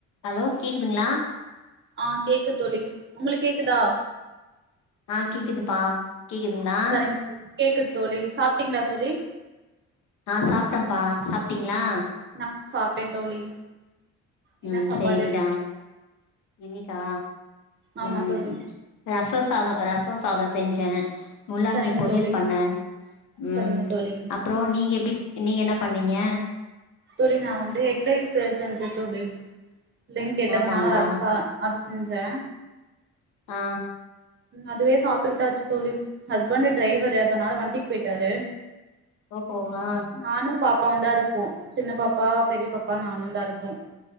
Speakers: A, on the left; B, on the right.
A: Hello கேக்குதுங்களா
B: ஆ கேக்கு தோழி உங்களுக் கேக்குதா
A: ஆ கேக்குதுப்பா கேக்குதுங்ளா
B: சரிங்க கேக்குத் தோழி சாப்ட்டீங்ளா தோழி
A: ஆ சாப்ட்டம்ப்பா சாப்ட்டிங்ளா
B: நா சாப்ட்டே தோழி என்ன
A: ம்
B: சாப்பாடு
A: சேரிடா இன்னிக்கா
B: ஆமா
A: ம்
B: தோழி
A: ரசொ சாதொ ரசொ சாதொ செஞ்சே முள்ளாங்கி
B: சரிங்க
A: பொரியல்
B: தோழி
A: பண்ண ம்
B: சரிங்க தோழி
A: அப் ட்றோ நீங்க எப்டி நீங்க என்னபண்ணீங்க
B: தோழி நாவந்து எக்ரைஸ் செஞ்ச தோழி பிள்ளங் கேட்டதுனால
A: ஆமாங்களா
B: அது சா அது செஞ்சே
A: ஆ
B: அதுவே சாப்பிட்டுக்கிட்டாச்சு தோழி ஹஸ்பண்ட்டு டிரைவர்ரு அதுனால வண்டிக்கு பொயிட்டாரு
A: ஓஹோ ஆ
B: நானு பாப்பாவு தாருக்கோ சின்ன பாப்பா பெரிய பாப்பா நானு தாருக்கோ